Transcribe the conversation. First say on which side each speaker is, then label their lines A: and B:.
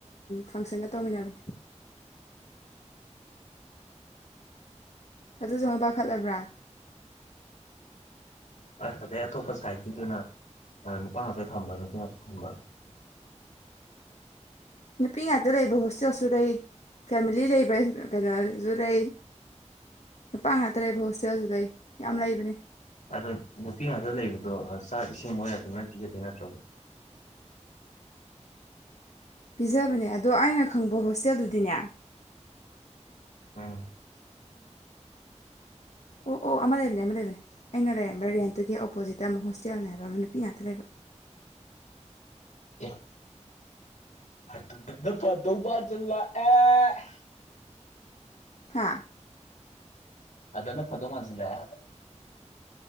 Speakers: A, on the left; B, on the left.
A: ꯐꯪꯁꯟꯒ ꯇꯧꯃꯤꯟꯅꯕꯅꯦ ꯑꯗꯨꯖꯨ ꯑꯃꯨꯛ ꯄꯥꯈꯠꯂꯕ꯭ꯔ
B: ꯑ ꯑꯗꯩ ꯑꯇꯣꯞꯄ ꯁꯥꯏꯠꯇꯀꯤꯗꯨꯅ ꯅꯨꯄꯥ ꯉꯥꯛꯇ ꯊꯝꯕ ꯅꯨꯄꯤ ꯉꯥꯛꯇ ꯊꯝꯕ
A: ꯅꯨꯄꯤ ꯉꯥꯛꯇ ꯂꯩꯕ ꯍꯣꯁꯇꯦꯜꯁꯨ ꯂꯩ ꯐꯦꯃꯤꯂꯤ ꯂꯩꯕ ꯀꯩꯅꯣꯁꯨ ꯂꯩ ꯅꯨꯄꯥ ꯉꯥꯛꯇ ꯂꯩꯕ ꯍꯣꯁꯇꯦꯜꯁꯨ ꯂꯩ ꯌꯥꯝ ꯂꯩꯕꯅꯤ
B: ꯑꯗꯣ ꯅꯨꯄꯤ ꯉꯥꯛꯇ ꯂꯩꯕꯗꯣ ꯆꯥꯛ ꯏꯁꯤꯡ ꯃꯣꯏ ꯑꯗꯨꯅ ꯄꯤꯒꯗꯣꯏ ꯅꯠꯇ꯭ꯔꯕ
A: ꯄꯤꯖꯕꯅꯦ ꯑꯗꯣ ꯑꯩꯅ ꯈꯪꯕ ꯍꯣꯁꯇꯦꯜꯗꯨꯗꯤꯅꯦ
B: ꯑꯝ꯫
A: ꯑꯣ ꯑꯣ ꯑꯃ ꯂꯩꯕꯅꯦ ꯑꯃ ꯂꯩꯕꯅꯦ ꯑꯩꯅ ꯂꯩꯔꯝꯕ ꯔꯦꯟꯠꯇꯨꯒꯤ ꯑꯣꯄꯣꯖꯤꯠꯇ ꯑꯃꯨꯛ ꯍꯣꯁꯇꯦꯜꯅꯦ ꯍꯥꯏꯕ ꯑꯃ ꯅꯨꯄꯤ ꯉꯥꯛꯇ ꯂꯩꯕ
B: ꯑꯦ ꯑꯗꯨꯗꯅ ꯐꯗꯧ ꯃꯥꯟꯖꯜꯂꯛꯑꯦ
A: ꯍꯥꯥ
B: ꯑꯗꯅ ꯐꯗꯩ ꯃꯥꯟꯁꯜꯂꯛꯑꯦ